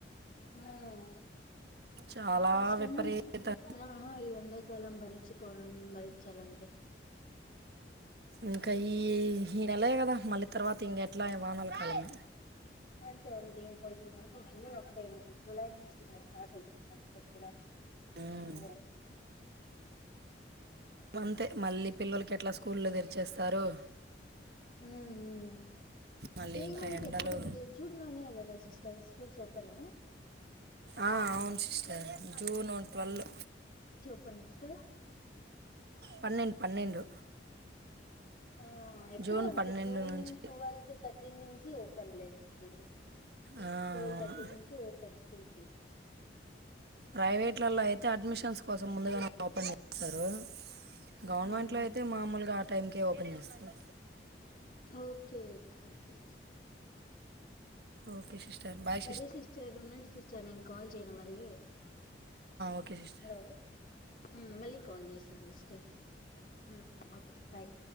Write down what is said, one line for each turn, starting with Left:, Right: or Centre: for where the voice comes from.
Left: ఉహ్
Right: చాలా
Left: కష్టం
Right: విపరీత
Left: <unintelligible> హహ లేదండి చలంబరి చికోరణ్ భరించాలంటే
Right: ఇంకా ఈ ఈ ఈ నెల కదా మళ్ళీ తర్వాత ఇంకెట్లా వానాల కాలమే
Left: అంతే అంతే <unintelligible> జూన్ ఒకటే జులై నుంచి స్టార్ట్ అయింది అ కూడా
Right: ఉమ్.
Left: ఎండలు
Right: అంతే మళ్ళీ పిల్లలకి ఎట్లా స్కూల్ల్లో తెర్ చేస్తారు
Left: హ్మ్మ్
Right: మళ్ళీ
Left: ఈ
Right: ఇంకా
Left: మంత్
Right: ఎండలు
Left: ఎప్పుడు ఏ జూన్ లోనే కదా సిస్టర్ స్కూల్స్ ఓపెన్
Right: ఆ, <unintelligible> జూన్ ట్వెల్వ్
Left: ఆ సిస్టర్
Right: పన్నెండు పన్నెండు
Left: ఆ ఎప్పుడు
Right: జూన్
Left: అంతే
Right: పన్నెండు
Left: జూన్
Right: నుంచి
Left: ట్వెల్వ్ థర్టీన్ నుంచి ఓపెన్ లే ఏంటి
Right: ఆ,
Left: ట్వెల్వ్
Right: అవును.
Left: థర్టీన్ నుంచి ఓపెన్స్ కూల్చి
Right: ప్రైవేట్లలో అయితే అడ్మిషన్స్ కోసం ముందుగానే ఓపెన్ <inaudible> గవర్నమెంట్లో
Left: ఉమ్
Right: అయితే మామూల్గా టైమ్కే ఓపెన్ చేస్తరు.
Left: Okay okay okay sister
Right: okay sister bye
Left: సరే సిస్టర్ ఉన్నండి సిస్టర్ నేన్ కాల్ చేయనా మ ఏ
Right: ఓకే సిస్టర్
Left: హలో మ్ మళ్ళీ కాల్ చేస్తాను సిస్టర్ మ్ ఓకే బాయ్